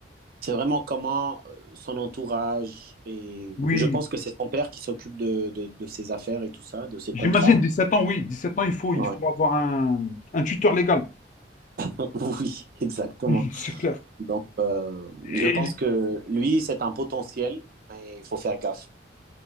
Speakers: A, on the right; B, on the left.
A: c'est vraiment comment euh, son entourage et
B: Oui.
A: je pense que c'est son père qui s'occupe de, de, de ses affaires et tout ça, de ses contrats.
B: J'imagine 17 ans, oui. dix sept ans, il faut, il
A: Ouais.
B: faut avoir un, un tuteur légal.
A: <laughs> Oui, exactement.
B: <laughs> C'est clair.
A: Donc, euh,
B: Et
A: je pense que lui, c'est un potentiel, mais il faut faire gaffe.